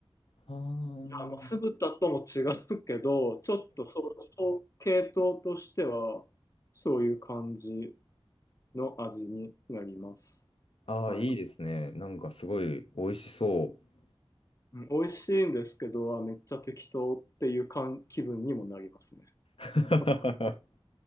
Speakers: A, on the left; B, on the left.
A: あー
B: いや、まあ、酢豚とも違うけど、ちょっとそう、そう系統としては、そういう感じの味になります。
A: あー、
B: はい。
A: いいですね。なんかすごい美味しそう。
B: うん美味しいんですけど、あめっちゃ適当っていう感気分にもなりますね。
A: <laughs>
B: <laughs>